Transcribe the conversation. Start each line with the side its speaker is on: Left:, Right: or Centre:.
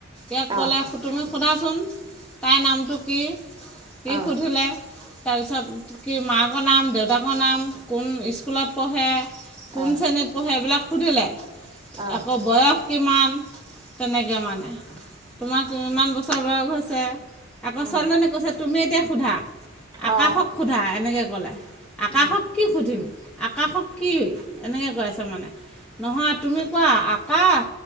Centre: ইয়াক ক'লে
Right: আহ
Centre: তুমি সোধাচোন তাইৰ নামটো কি? সি
Right: আহ
Centre: সুধিলে তাৰপিছত কি মাকৰ নাম, দেউতাকৰ নাম উম কোন স্কুলত পঢ়ে কোন
Right: আহ
Centre: শ্ৰেণীত পঢ়ে এইবিলাক সুধিলে
Right: আহ
Centre: আকৌ বয়স কিমান, তেনেকে মানে, তোমাৰ কিমান বছৰ বয়স হৈছে। আকৌ
Right: উম
Centre: ছোৱালজনী কৈছে তুমি এতিয়া সোধা, আকাশক
Right: আহ
Centre: সোধা এনেকে ক'লে, আকাশক
Right: উম
Centre: কি সুধিম, আকাশক কি, এনেকৈ কৈ আছে মানে নহয় তুমি কোৱা আ আকাশ,